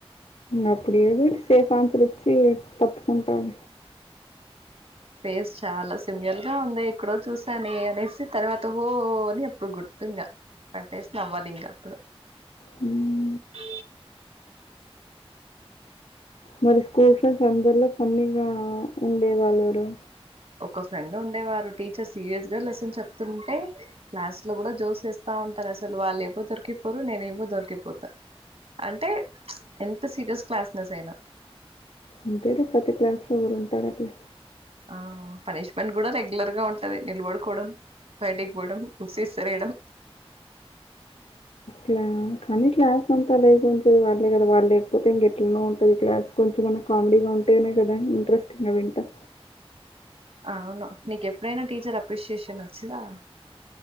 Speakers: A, on the left; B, on the right.
A: అప్పుడు ఏదో ఒకటి సేఫ్ ఆన్సర్ ఇచ్చి తప్పుకుంటాాల
B: ఫేస్ చాలా సిమియల్ గా ఉందె ఎక్కడో చూసాను అనేసి తర్వాత హో ఓ అని అప్పుడు గుర్తు ఇంగా అట్టేసి నవ్వాలి ఇంక అప్పుడు
A: హు
B: అ
A: మరి స్కూల్ ఫ్రెండ్స్ అందరిలో ఫన్నీగా ఉండే వాళ్ళు ఎవరు
B: ఒక ఫ్రెండ్ ఉండేవారు టీచర్ సీరియస్ గా లెసన్ చెప్తుంటే క్లాస్ లో కూడ జోక్స్ ఏస్తా ఉంటారు అసలు వాళ్ళు ఏవో దొరికిపోరు నేనేమో దొరికిపోతా అంటే ఎంత సీరియస్ క్లాస్ నెస్ అయినా
A: అంతే ప్రతి క్లాస్ లో ఒగరు ఉంటారు అట్ల
B: ఆ పనిష్మెంట్ కూడా రెగ్యులర్ గా ఉంటది నిలబడుకోవడం బయటికి పోవడం సీస్తరేయడం
A: ఇలా కానీ క్లాస్ అంతా లేక ఉంచేది వాళ్లే కదా వాళ్ళు లేకపోతే ఇంక ఎట్లన ఉంటది క్లాస్ కొంచెంమన్న కామెడీగా ఉంటేనే కదా ఇంట్రెస్టింగ్గ వింటాం
B: అ అవును నీకు ఎప్పుడైనా టీచర్ అప్రిషియేషన్ వచ్చిందా